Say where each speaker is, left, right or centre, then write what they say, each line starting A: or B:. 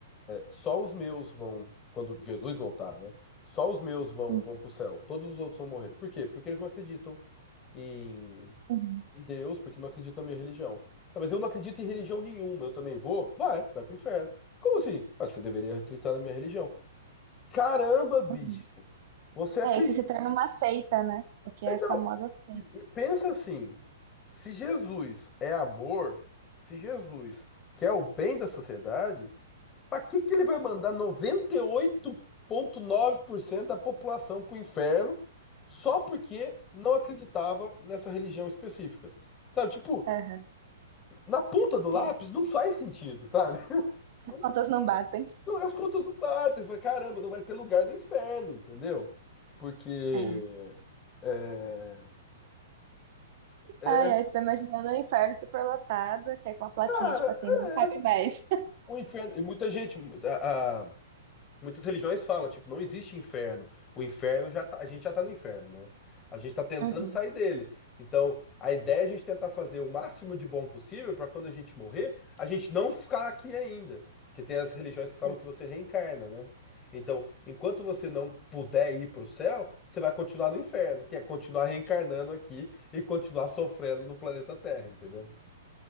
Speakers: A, on the left; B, on the right.
A: Só os meus vão, quando Jesus voltar, né? Só os meus vão,
B: Uhum,
A: vão para o céu. Todos os outros vão morrer. Por quê? Porque eles não acreditam em,
B: uhum,
A: em Deus, porque não acreditam na minha religião. Tá, mas eu não acredito em religião nenhuma. Eu também vou? Vai, vai pro inferno. Como assim? Mas você deveria acreditar na minha religião. Caramba, bicho.
B: uhum.
A: Você acredita?
B: É, isso se torna uma seita, né? O que é a
A: Não.
B: famosa seita.
A: E, e pensa assim: se Jesus é amor, se Jesus quer o bem da sociedade. Pra que que ele vai mandar 98,9% da população pro inferno só porque não acreditava nessa religião específica? Sabe, tipo,
B: Aham,
A: na ponta do lápis
B: É.
A: não faz sentido, sabe? <laughs> Não,
B: As contas não batem.
A: não, as contas não batem. Você fala, caramba, não vai ter lugar no inferno, entendeu? Porque.
B: É.
A: É, é,
B: Ai, ai, tô imaginando um inferno superlotado, que é com a plaquinha,
A: cara,
B: tipo assim, não cabe mais.
A: é. O inferno. E muita gente. A, a- Muitas religiões falam, tipo, não existe inferno. O inferno já tá- a gente já tá no inferno, né? A gente tá tentando
B: Uhum,
A: sair dele. Então, a ideia é a gente tentar fazer o máximo de bom possível para quando a gente morrer, a gente não ficar aqui ainda. Porque tem as religiões
B: <laughs>
A: que falam
B: é.
A: que você reencarna, né? Então, enquanto você não puder ir para o céu, você vai continuar no inferno, que é continuar reencarnando aqui e continuar sofrendo no planeta Terra, entendeu?